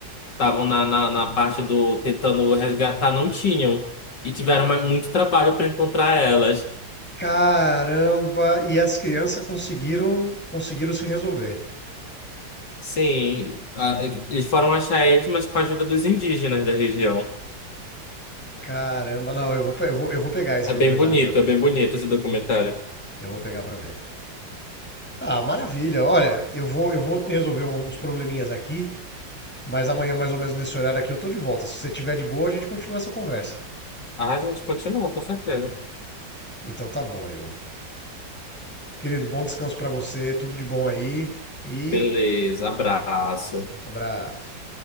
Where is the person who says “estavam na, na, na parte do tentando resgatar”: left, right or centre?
Left